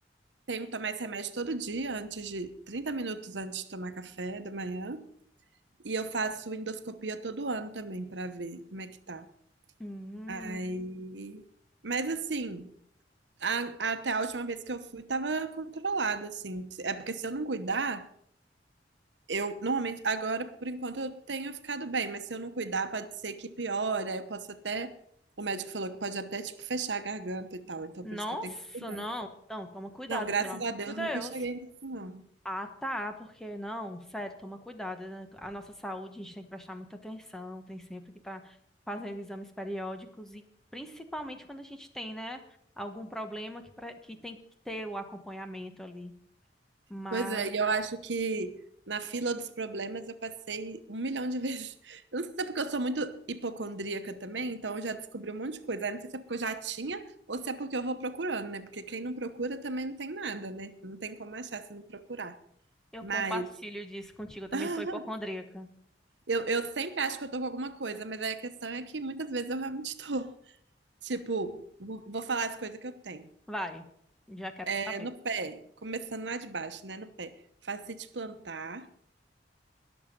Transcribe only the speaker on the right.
tenho que tomar esse remédio todo dia, antes de 30 minutos antes de tomar café da manhã. E eu faço endoscopia todo ano também pra ver como é que tá.
Aí. Mas assim, a- até a última vez que eu fui, tava controlado, assim. É porque se eu não cuidar. Eu normalmente, agora, por enquanto, eu tenho ficado bem, mas se eu não cuidar, pode ser que piore. Aí eu posso até. O médico falou que pode até, tipo, fechar a garganta e tal. Então,
por isso que eu tenho que cuidar.
Não, graças
a Deus,
nunca cheguei nisso, não.
Pois é, e eu acho que na fila dos problemas eu passei um milhão de vezes. <laughs> Eu não sei se é porque eu sou muito hipocondríaca também, então eu já descobri um monte de coisa. Aí não sei se é porque eu já tinha ou se é porque eu vou procurando, né? Porque quem não procura também não tem nada, né? Não tem como achar se não procurar.
Mas.
<laughs>
Eu, eu sempre acho que eu tô com alguma coisa, mas aí a questão é que muitas vezes eu realmente tô. <laughs> Tipo, vou, vou falar as coisas que eu tenho.
É,
no pé, começando lá de baixo, né? No pé. Fascite plantar.